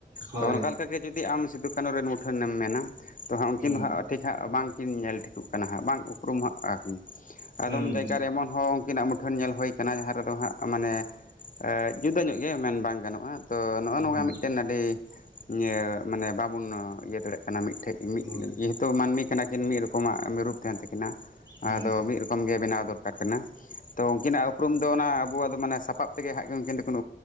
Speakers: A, on the right; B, on the left.
A: ᱦᱳᱭ
B: ᱛᱚ ᱚᱱᱠᱟ ᱞᱮ ᱚᱱᱠᱟᱜᱮ ᱡᱩᱫᱤ ᱟᱢ ᱥᱤᱫᱩ ᱠᱟᱹᱱᱩ ᱨᱮᱱ ᱢᱩᱴᱷᱟᱹᱱᱮᱢ ᱢᱮᱱᱟ, ᱛᱚ ᱦᱟᱸᱜ ᱩᱱᱠᱤᱱ
A: ᱦᱩᱸ
B: ᱫᱚ ᱦᱟᱸᱜ ᱴᱷᱤᱠ ᱦᱟᱸᱜ ᱵᱟᱝᱠᱤᱱ ᱧᱮᱞ ᱴᱷᱤᱠᱚᱜ ᱠᱟᱱᱟ ᱦᱟᱸᱜ ᱵᱟᱝ ᱩᱯᱨᱩᱢ ᱦᱟᱸᱜ ᱟᱹᱠᱤᱱ᱾ ᱟᱫᱚᱢ
A: ᱦᱩᱸ
B: ᱡᱟᱭᱜᱟᱟᱨ ᱨᱮ ᱮᱢᱚᱱ ᱦᱚᱸ ᱩᱱᱠᱤᱱᱟᱜ ᱢᱩ ᱢᱩᱴᱷᱟᱹᱱ ᱧᱮᱞ ᱦᱩᱭᱠᱟᱱᱟ ᱡᱟᱦᱟᱸ ᱨᱮᱫᱚ ᱦᱟᱸᱜ ᱢᱟᱱᱮ ᱟᱻ ᱡᱩᱫᱟᱹ ᱧᱚᱜ ᱜᱮ ᱢᱮᱱ ᱵᱟᱝ ᱜᱟᱱᱚᱜ-ᱟ᱾ ᱛᱚ, ᱱᱚᱜ-ᱚ
A: ᱦᱩᱸ
B: ᱱᱚᱣᱟ
A: ᱦᱩᱸ
B: ᱢᱤᱫᱴᱮᱱ ᱟᱹᱰᱤ ᱤᱭᱟᱹ ᱢᱟᱱᱮ ᱵᱟᱵᱚᱱ ᱤᱭᱟᱹ ᱫᱟᱲᱮᱜ ᱠᱟᱱᱟ ᱢᱤᱫᱴᱷᱮᱡ᱾
A: ᱦᱳᱭ
B: ᱡᱮᱦᱮᱛᱩ ᱢᱟᱹᱱᱢᱤ ᱠᱟᱱᱟ ᱠᱤᱱ ᱢᱤᱫ ᱨᱚᱠᱚᱢᱟᱜ ᱨᱩᱯ ᱛᱟᱸᱦᱮᱱ ᱛᱟᱹᱠᱤᱱᱟ ᱟᱫᱚ
A: ᱦᱩᱸ
B: ᱢᱤᱫ ᱨᱚ ᱠᱚᱢ ᱜᱮ ᱵᱮᱱᱟᱣ ᱫᱚᱨᱠᱟᱨ ᱠᱟᱱᱟ᱾ ᱛᱚ ᱩᱱᱠᱤᱱᱟᱜ ᱩᱯᱨᱩᱢ ᱫᱚ ᱚᱱᱟ ᱟᱵᱚᱣᱟᱜ ᱫᱚ ᱢᱟᱱᱮ ᱥᱟᱯᱟᱵ ᱛᱮᱜᱮ ᱦᱟᱸᱜ ᱜᱮ ᱩᱱᱠᱤᱱ ᱫᱚᱠᱤᱱ